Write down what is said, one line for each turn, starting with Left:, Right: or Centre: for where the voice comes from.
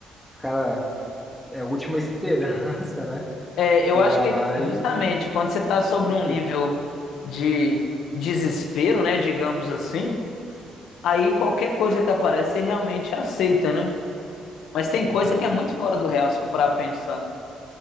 Centre: que o cara é a última <laughs> esperança, né?
Left: é, eu
Centre: E
Left: acho
Centre: vai
Left: que
Centre: lá
Left: é
Centre: e
Left: justamente quando você tá sobre
Centre: complica.
Left: um nível de desespero, né, digamos assim, aí qualquer coisa que aparece você realmente aceita, né? Mas tem
Centre: Uhum.
Left: coisa que é muito fora do real, se for parar pra pensar.